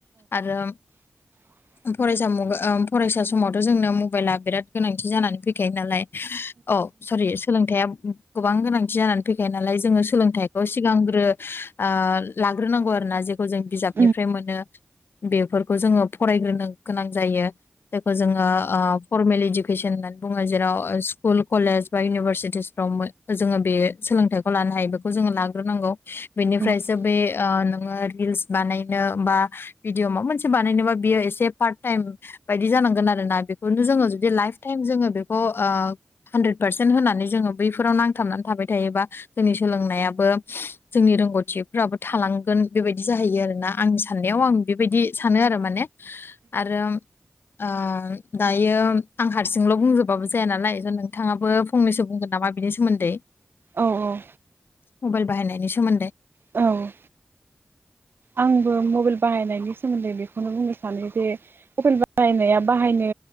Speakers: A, on the left; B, on the right.
A: आरो
B: <inaudible>
A: फरायसा मु-ओ फरायसा समावथ' जोंनो मबाइला बिराद गोनांथि जानानै फैखायो नालाय औ सरि सोलोंथाइया गोबां गोनांथि जानानै फैखायो नालाय जोङो सोलोंथाइखौ सिगांग्रो ओ लाग्रोनांगौ आरोना जे- खौ जों बिजाबनिफ्राय
B: उम औ उम
A: मोनो बेफोरखौ जोङो फरायग्रोनो गोनां जायो जायखौ जोङो ओ फरमेल इडुकेसन होननानै बुङो जेराव स्कुल कलेज बा इउनिभारसिटिस फ्राव जोङो बे सोलोंथाइखौ लानो हायो बेखौ जोङो लाग्रो नांगौ बेनिफ्रायसो
B: औ
A: बे ओ नोङो रिल्स बानायनो बा भिदिअ माबा मोनसे बानायनोबा बियो एसे पार्ट टाइम बायदि जानांगोन आरो ना बेखौनो जोङो जुदि लाइफ टाइम जोङो बेखौ ओ हानद्रेद पारसेन्ट होनानै जोङो बैफोराव नांथाबनानै थाबाय थायोबा जोंनि सोलोंनायाबो जोंनि रोंग'थिफोराबो थालांगोन बेबायदि जाहैयो आरोना आंनि साननायाव आं बेबायदि सानो आरो माने आरो ओ दा- यो आं हारसिंल' बुंजोबबाबो जाया नालाय नोंथाङाबो फंनैसो बुंगोन नामा बिनि सोमोन्दै
B: औ औ
A: मबाइल बाहायनायनि सोमोन्दै
B: औ आंबो मबाइल बाहायनायनि सोमोन्दै बेखौनो बुंनो सानो जे मबाइल बाहायनाया बाहायनो